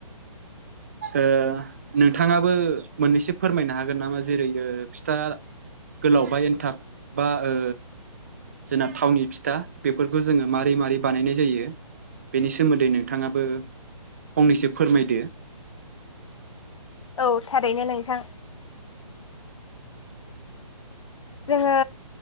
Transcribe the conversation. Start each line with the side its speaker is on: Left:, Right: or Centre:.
Right: ओ नोंथाङाबो मोननैसो फोरमायनो हागोन नामा जेरै ओ फिथा। गोलाव बा एन्थाब बा ओ जोंना थावनि फिथा बेफोरखौ जोङो माबारै माबोरै बानायनाय जायो बेनि सोमोन्दै नोंथाङाबो फंनैसो फोरमायदो।
Left: औ थारैनो नोंथां। जोङो